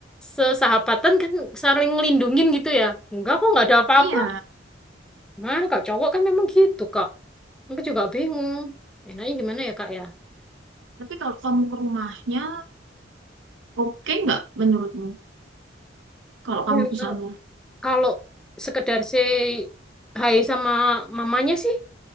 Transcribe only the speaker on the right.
Iya,
tapi kalau kamu ke rumahnya, oke nggak menurutmu? Kalau kamu
ke sana,